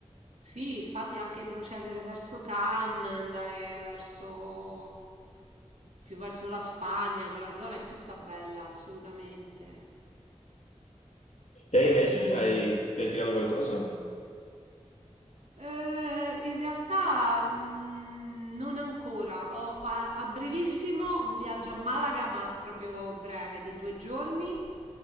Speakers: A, on the right; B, on the left.
A: Sì, infatti anche procedere verso Cannes, andare verso più verso la Spagna, quella zona è tutta bella, assolutamente.
B: Te invece hai pianificato qualcosa?
A: Eh, in realtà mm, non ancora. Ho a, a brevissimo un viaggio a Malaga, ma proprio breve, di due giorni.